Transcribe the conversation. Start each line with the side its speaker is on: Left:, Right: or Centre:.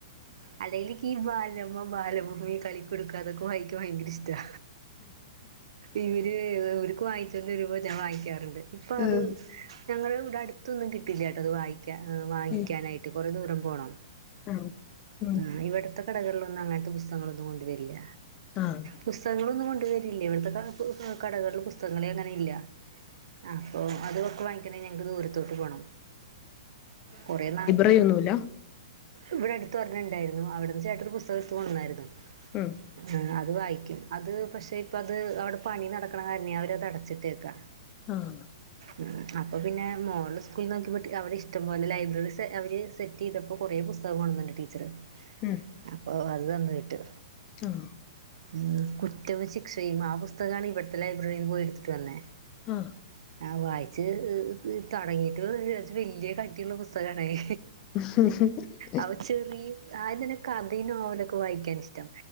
Right: അല്ലെല് ഈ ബാലരമ, ബാലഭൂമി, കളിക്കൂടുക്ക അതൊക്ക വായിക്കാൻ ഭയങ്കരിഷ്ടാ. ഇവര് ഇവര്ക്ക് വാങ്ങിച്ചോണ്ട് വരുമ്പോ ഞാൻ വായിക്കാറുണ്ട്. ഇപ്പൊ
Left: ഉം
Right: അത് ഞങ്ങള് ഇവടെ അട്ത്തൊന്നും കിട്ടില്ലാട്ടോ അത് വായിക്കാ എഹ് വാങ്ങിക്കാനായി
Left: ഉം
Right: ട്ട് കൊറേ ദൂരം പോണം.
Left: ആഹ് ഉം
Right: ആഹ് ഇവട്ത്തെ കടകളിലൊന്നും അങ്ങൻത്തെ പുസ്തകങ്ങളൊന്നും കൊണ്ടുവരില്ല.
Left: ആഹ്
Right: പുസ്തകങ്ങളൊന്നും കൊണ്ട് വരില്ല ഇവട്ത്തെ കാ കു കാ കടകൾള് പുസ്തകങ്ങളെ അങ്ങനെ ഇല്ല. അപ്പൊ അതൊക്കൊ വാങ്ങിക്കണേ ഞങ്ങക്ക് ദൂരത്തോട്ട് പോണം കൊറേ ന
Left: <unintelligible> ന്നുല്ല.
Right: ഇവടെ അട്ത്ത് ഒരെണ്ണണ്ടായിര്ന്നു അവട്ന്ന് ചേട്ടന് പുസ്തകെട്ത്ത് കൊട്ന്നായിര്ന്നു.
Left: ഉം
Right: ആഹ് അത് വായിക്കും അത് പക്ഷെ ഇപ്പത് അവടെ പണി നടക്കണ കാരണേ അവരത് അടച്ചിട്ടേക്കാ.
Left: ഉം
Right: ഉം അപ്പൊ പിന്നെ മോള് സ്കൂൾ നോക്കി വിട്ട് അവടെ ഇഷ്ടം പോലെ ലൈബ്രറീസ് അവര് സ് സെറ്റെയ്തപ്പോ കൊറെ പുസ്തകം കൊട്ന്ന്ണ്ട് ടീച്ചറ്
Left: ഉം
Right: അപ്പൊ അത് തന്ന് വിട്ട്.
Left: ഉം
Right: ഉം കുറ്റവും ശിക്ഷയും ആ പുസ്തകാണ് ഇവട്ത്തെ ലൈബ്രറിയില് പോയി ഇട്ത്ത്ട്ട് വന്നേ.
Left: ഉം
Right: ആഹ് വായിച്ച് എഹ് എഹ് തൊടങ്ങിയിട്ട് <unintelligible> കൊർച്ച് വെല്ല്യെ കട്ടിള്ള പുസ്തകണത്.
Left: ഉം ഉം
Right: അവ ചെറിയ ആദ്യം തന്നെ കഥയും നോവലൊക്കെ വായിക്കാനിഷ്ടം